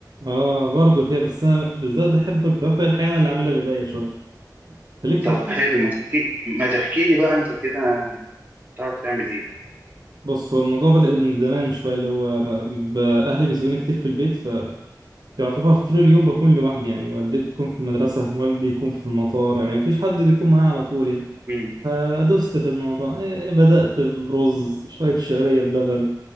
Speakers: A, on the right; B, on the right.
A: اه برضه كده بس انا بالذات بحب باكل الحاجه انا اللي اعملها بايديا شويه انت ليك في
B: طب
A: الطبخ
B: حلو ما تحكي ما تحكي لي بقى انت كده تعرف تعمل ايه
A: بص هو الموضوع بدأ من زمان شوية اللي هو ما- ب- أهلي بيسيبوني كتير في البيت يعتبر طول اليوم بكون لوحدي يعني والدتي تكون في المدرسة والدي يكون في المطار يعني مفيش حد بيكون معايا على طول يعني
B: امم
A: فدست في الموضوع إيه، إيه، بدأت برز شوية شعرية بلبن